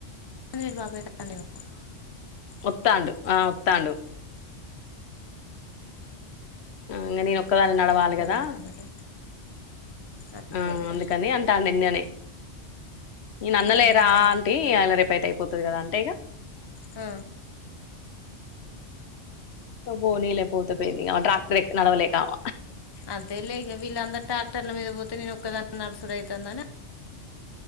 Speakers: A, on the left (about 30°); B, on the left (about 60°).
A: జనేయుడు బాబాయ్ ద అండి వా
B: ఒత్తాండు ఆ ఉత్తాండు ఇంకా నేను ఒక్కదళ నడవాలి
A: ఒక్కదాన్ని
B: కదా
A: అన్నట్టు అంతేలే
B: ఆ అందుకని అంటా అందినే న్ అన్నలేరా
A: ఆహా
B: అంటీ అలా రె అయితే అయిపోతది కదా అంటే ఇక
A: ఆ
B: పోనీలే పోతే పోయిీన్ డ్రాక్టర్ నవలేకావ
A: అంతే లే ఇంక వీళ్ళందరు ట్రాక్టర్ల మీద పోతే నేను ఒక్కదా నడుసడు అవుతుందనా